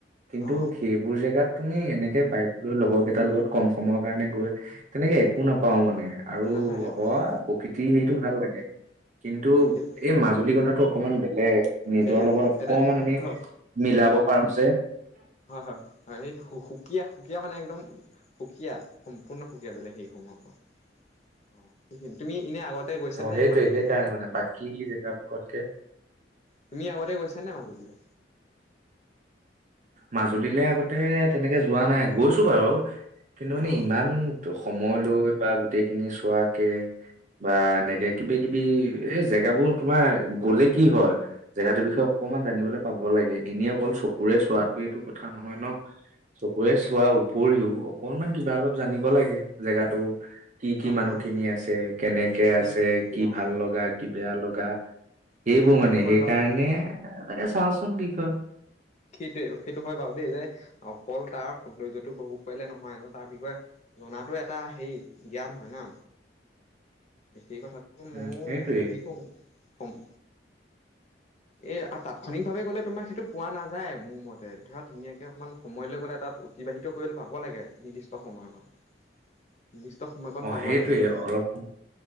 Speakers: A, on the right; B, on the left.
A: কিন্তু
B: অ
A: সেইবোৰ জেগাত তুমি এনেকে বাইক লৈ লগৰ কেইটাৰ লগত কম সময়ৰ কাৰণে গৈ তেনেকে একো নাপাও মানে। আৰু
B: নাপায় নাপায়
A: হয়
B: অ
A: প্ৰকৃতিৰ হেৰিতটো ভাল লাগে। এ কিন্তু
B: সেইটোৱে
A: এই মাজুলী কথাত ক অকমান দিলে নিজৰ
B: বেলেগ
A: লগত অকমান
B: এতিয়া
A: আমি
B: অ
A: মিলাব ফাৰুক যে
B: হয় হয় হয় স সুকীয়া সুকীয়া মানে একদম সুকীয়া সম্পূৰ্ণ সুকীয়া বেলেগ সেই সময়ত পৰা অ সেইখিন তুমি এনে আগতে তে গৈছ
A: অ
B: নে
A: সেইটোৱে
B: মাজুলীলে
A: সেইকাৰণে মানে বাকী জেগাবোৰতকে
B: তুমি আগতে গৈছা নাই মাজুলীলে
A: মাজুলীলৈ আগতে তেনেকে যোৱা নাই গৈছো বাৰু কিন্তু মানে
B: অ
A: ইমান সময় লৈ বা গোটেই খিনি চোৱাকে বা এনেকে কিবি কিবি এ জেগাবোৰ তোমাৰ গ'লে কি হয় জেগা তৰ বিষয়ে অকমান জানিবলৈ পাব লাগে এনে অকল চকুৰে চোৱাটোৱেইটো কথা নহয় ন চকুৰে চোৱাৰ উপৰিও অকনমান কিবা অলপ জানিব লাগে জেগাতো কি কি
B: অ
A: মানুহ
B: হয়
A: খিনি আছে কেনেকে
B: সেইটো
A: আছে কি
B: অ
A: ভাল লগা কি বেয়া লগা গা
B: সেইটো
A: এইবোৰ
B: সেইটো
A: মানে
B: হয়
A: সেইকাৰণে
B: বাৰু দে
A: মানে চাওঁচোন কি অঁ।
B: সেইটোৱে সেইটো হয় বাৰু দেই যে অকল তাৰ সৌন্দৰ্যটো কব পাৰিলে নহয় তাৰ বিষয়ে জাতো এটা হেই জ্ঞান হয় ন বিশেষ কথা।
A: উম
B: মই
A: সেইটোৱে
B: হেৰি কৰো সম। এ তাৎক্ষণিকভাৱে গলে তোমাৰ সেইটো পোৱা নাযায় মোৰ মতে ধৰা ধুনীয়াকে অকমান সময় লৈ গ'লে তাত অতিবাহিত কৰিবলৈ পাব লাগে নিৰ্দিষ্ট সময় কণ। নিৰ্দিষ্ট সময়কণ
A: অ
B: পাব
A: সেইটোৱে
B: লাগে মোৰ।
A: অলপ